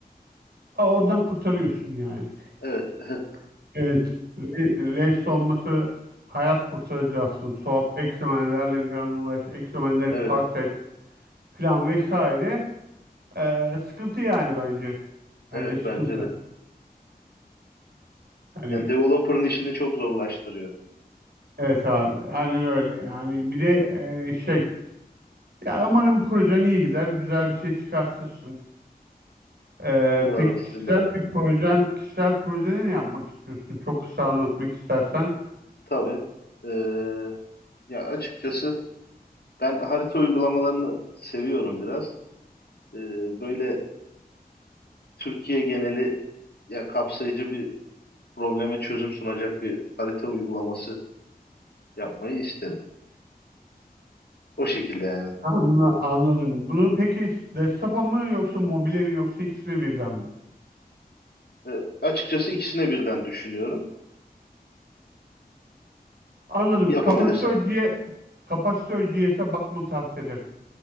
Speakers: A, on the right; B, on the left.
A: Ha, oradan kurtarıyorsun yani.
B: Evet. <laughs>
A: Evet. Re- Rest olması hayat kurtarıcı aslında. Soğuk, eksemenlerle falan uğraş, eksemenleri
B: Evet.
A: parse et falan vesaire. Ee, sıkıntı yani bence.
B: Evet
A: Bence sıkıntı.
B: bence de.
A: Yani
B: Yani developer'ın işini çok zorlaştırıyor.
A: evet abi. Aynen öyle. Yani
B: Hı hı.
A: bir de e, şey Ya umarım projen iyi gider, güzel bir şey çıkartırsın. Ee,
B: Umarım
A: peki
B: sizin
A: kişisel
B: de hocam.
A: bir projen, kişisel projeni ne yapmak istiyorsun? Çok kısa anlatmak istersen.
B: Tabii. Ee, ya açıkçası ben harita uygulamalarını seviyorum biraz. Ee, böyle Türkiye geneli ya kapsayıcı bir probleme çözüm sunacak bir harita uygulaması yapmayı isterim. O şekilde yani.
A: Anla, anladım. Bunu peki desktopa mı yoksa mobile mi yoksa ikisine birden mi?
B: E, açıkçası ikisine birden düşünüyorum.
A: Anladım.
B: Yapabilirsem.
A: Kapasitör G, kapasitör kapasitör.js'e bakmanı tavsiye ederim